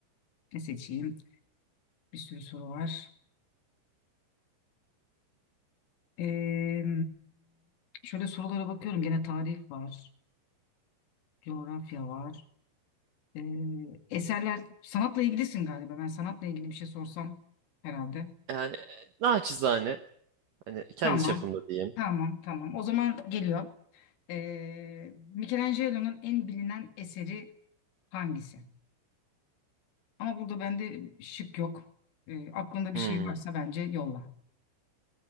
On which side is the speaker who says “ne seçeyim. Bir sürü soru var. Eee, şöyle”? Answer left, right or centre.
Left